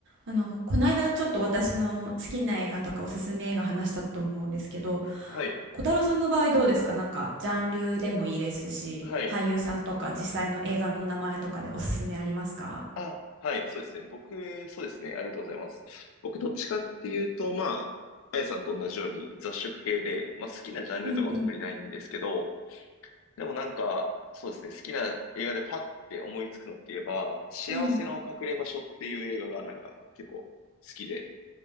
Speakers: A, on the right; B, on the left.
A: あの、この間ちょっと私の好きな映画とかおすすめ映画話したと思うんですけど、
B: はい。
A: 小太郎さんの場合どうですかなんかジャンルでもいいですし、
B: はい。
A: 俳優さんとか実際の映画の名前とかでおすすめありますか
B: あ、はい。そうですね。僕、そうですね。ありがとうございます。僕、どっちかっていうと、まあ、あやさんと同じように雑食系で、まあ、好きなジャンルとかは特にないんですけど、
A: うんうん。
B: でもなんか、そうですね。好きな映画でパッて思いつくのって言えば、幸せの隠れ場所っていう映画がなんか結構好きで、
A: うん。